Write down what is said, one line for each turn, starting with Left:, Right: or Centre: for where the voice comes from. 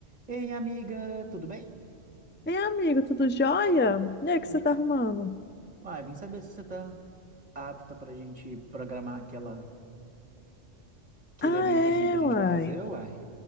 Right: Ei, amiga, tudo bem?
Left: Ei, amigo, tudo jóia? E aí, o que você
Right: E-
Left: tá arrumando?
Right: Uai, vim saber se você tá apta pra gente programar aquela, aquele
Left: Ah,
Right: eventozinho
Left: é,
Right: que a gente
Left: uai.
Right: vai fazer, uai.